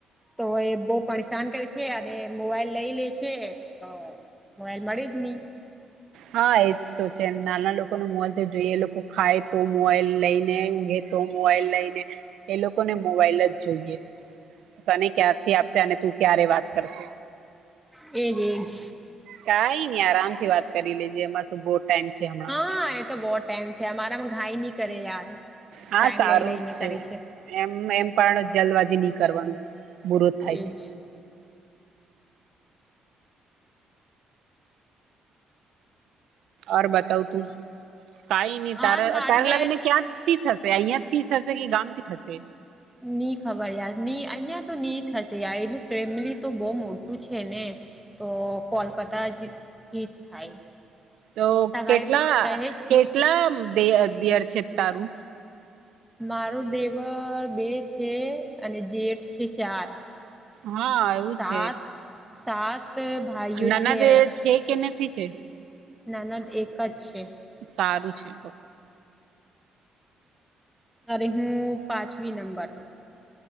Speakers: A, in the centre; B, on the right.
A: તો એ બો પરેશાન કરે છે. છે અને મોબાઈલ લઈ લે છે તો મોબાઈલ મળે જ ની
B: હા એજ તો છે નાના લોકો ને મોલથી જોઈએ એ લોકો ખાય તો મોવાઈલ લઈને ઊઘે તો મોવાઈલ લઈને એ લોકોને મોબાઈલ જ જોઈએ તને ક્યારથી આપશે અને તું ક્યારે વાત કરશે
A: એ જ એ જ
B: કાઈ ની આરામથી વાત કરી લેજે એમાં શું બોટ <unintelligible>
A: હા એ તો બો ટાઈમ છે અમારામાં ઘાઈ ની કરે યાર
B: હા
A: ટાઈમ
B: સારું
A: લઈ લઈને
B: જ છે
A: કરે
B: એમ એમ પણ જલબાજી ની કરવાનું બુરો થાય
A: એજ
B: છે ઓર બતાવ તું કઈ નહી
A: હાર
B: તારા
A: મારી
B: તારા
A: બેન
B: લગ્નને ક્યાં થી થશે અહિયાંથી થશે કે ગામ થી થશે
A: ની ખબર યાર ની અહિયાં તો ની થશે યાર એનું ફેમિલી તો બહુ મોટું છે ને તો કોલકાતા જ હિટ થાય
B: તો
A: સગાઈ
B: કેટલા
A: તો કહે છે
B: કેટલા દિયર છે તારું
A: મારું દેવર બે છે અને જેઠ છે ચાર
B: હા એવું
A: સાત
B: છે
A: સાત ભાઈઓ
B: અ નનદે
A: છે
B: છે કે નથી છે.
A: નનદ એક જ છે.
B: સારું છે તો.
A: અરે હું પાંચમી નંબર.